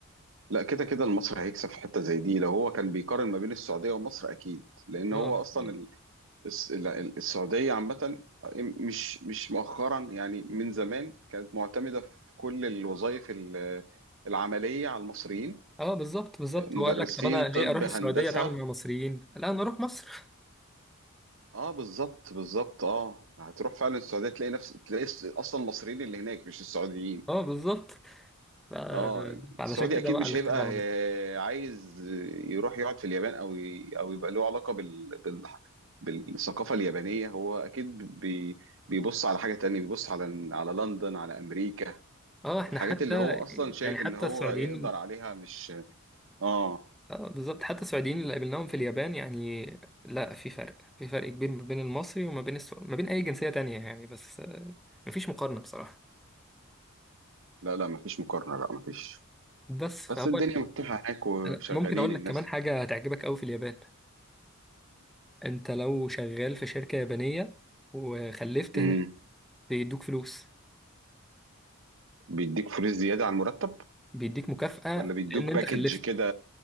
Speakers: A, on the right; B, in the centre.
A: لا كده كده المصري هيكسب في حته زي دي لو هو كان بيقارن ما بين السعوديه ومصر اكيد لان
B: اه
A: هو
B: اه
A: اصلا ال- الس- ال- ال- السعوديه عامه مش مش مؤخرا يعني من زمان كانت معتمده في كل الوظائف ال- العمليه على المصريين
B: اه بالظبط بالظبط
A: مدرسين
B: هو قال لك طب انا ليه
A: طب
B: اروح
A: هندسه
B: السعوديه اتعامل مع مصريين لا انا اروح مصر
A: اه بالظبط بالظبط اه هتروح فعلا السعوديه تلاقي نفس تلاقي الس- اصلا المصريين اللي هناك مش السعوديين
B: <laughs> اه بالظبط ف-
A: اه
B: فعلشان
A: السعودي
B: كده
A: اكيد
B: بقى
A: مش
B: اللي
A: هيبقى
B: اختار على مصر
A: آه، عايز يروح يقعد في اليابان او ي- او يبقى له علاقه بال... بال... بالثقافه اليابانيه هو اكيد بي... بيبص على حاجه تانية بيبص على على لندن على امريكا
B: اه احنا
A: الحاجات
B: حتى
A: اللي هو اصلا شايف
B: يعني حتى
A: ان هو
B: السعوديين
A: يقدر عليها مش اه
B: اه بالظبط حتى السعوديين اللي قابلناهم في اليابان يعني لا في فرق في فرق كبير ما بين المصري وما بين السو... ما بين اي جنسية تانية يعني بس آه، مفيش مقارنة بصراحة
A: لا لا مفيش مقارنه لا مفيش
B: بس فهو
A: بس الدنيا مفتوحه هناك وشغالين
B: أنا ممكن اقول
A: الناس
B: لك كمان حاجة هتعجبك قوي في اليابان انت لو شغال في شركة يابانية وخلفت
A: امم
B: هناك بيدوك فلوس
A: بيديك فلوس زيادة على المرتب
B: بيديك مكافأة
A: ولا بيدوك
B: لان انت
A: باكج
B: خلفت
A: كده